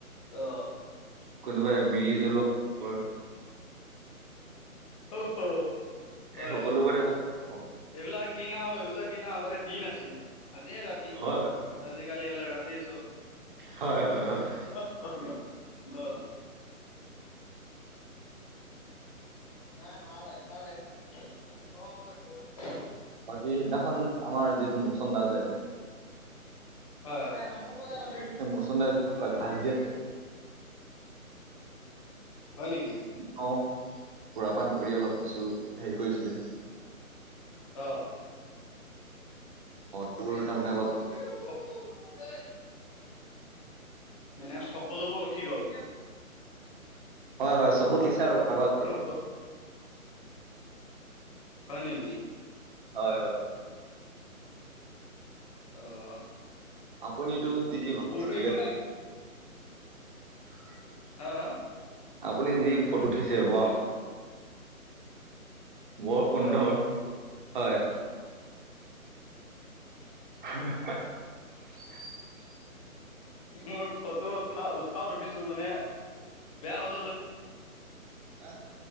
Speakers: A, on the left (about 25°); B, on the right (about 35°).
A: অ'।
B: কোনোবাই
A: অ অ
B: বিৰিজলোৱা পোহৰ।
A: হ হ হয়
B: এই সকলোবোৰতে
A: হয়
B: পাওঁ।
A: এইবিলাক দিন আৰু এইবিলাক দিন আগতে দিন আছিল আৰু। আজিহে ৰাতি
B: হয়
A: আজিকালি এইবিলাক ৰাতি চব।
B: হয় হয় হয়
A: অহ অহ অহ। নাই মাল এটাও দেখা ক কৰ
B: সিদিনাখন আমাৰ যিটো মোচন্দা যে
A: হয় হয় মাকো কজাব অ',
B: সেই মুচন্দা
A: মূৰ্তি
B: ভাজ দিয়া
A: বনি আছে। হয় নেকি?
B: অ সুৰাপান কৰি অলপ কিছু হেৰি কৰিছিলে।
A: আহ।
B: এইবোৰ
A: অ বে
B: তাৰমানে
A: গুল
B: অলপ
A: প <unintelligible> মানে সকলোবোৰ উঠি গ'ল। ব
B: হয় হয় চকুত লাগিছে আৰু কাৰোবাৰ
A: <unintelligible>
B: কাৰোবাৰ।
A: হয় নেকি?
B: হয় হয়।
A: আহ
B: আপুনিতো যি ভাজ
A: মোৰতো
B: দিলে
A: একো নাই।
B: <inaudible>
A: হা হা
B: আপুনি যি ফটো উঠিছে বাহ। বৰ সুন্দৰ
A: হয় নেকি?
B: হয় <inaudible>
A: মোৰ ফটো উঠা উঠাত উঠিছো মানে বেয়া হ'ল।
B: বাহ।